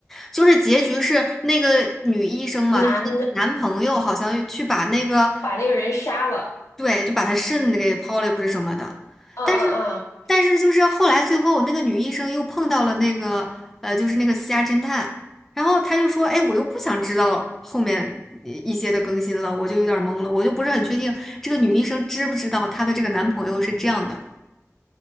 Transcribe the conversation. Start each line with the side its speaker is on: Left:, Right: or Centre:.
Centre: 就是结局是那个女医生嘛，
Left: 男的
Centre: 她的男朋友好像去把那个，
Left: 把那个人杀了。
Centre: 对，就把她肾给抛了，不是什么的。
Left: 嗯嗯嗯。
Centre: 但是，但是就是后来最后那个女医生又碰到了那个，呃，就是那个私家侦探，然后她就说，哎，我又不想知道后面一一些的更新了，我就有点懵了，我就不是很确定这个女医生知不知道她的这个男朋友是这样的。